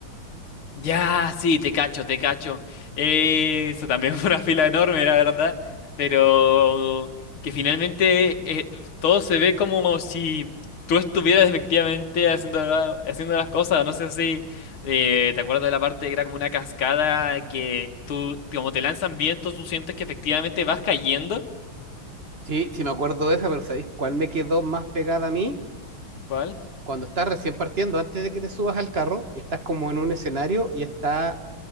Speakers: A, on the left; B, on the right.
A: Ya, sí, te cacho, te cacho. Eh, eso también fue una fila enorme, la verdad. Pero que finalmente eh, todo se ve como si tú estuvieras efectivamente haciendo, la- haciendo las cosas. No sé si eh, te acuerdas de la parte que era como una cascada que tú, como te lanzan vientos, tú sientes que efectivamente vas cayendo.
B: Sí, sí me acuerdo de esa, pero ¿sabéis cuál me quedó más pegada a mí?
A: ¿Cuál?
B: Cuando estás recién partiendo, antes de que te subas al carro, y estás como en un escenario y está,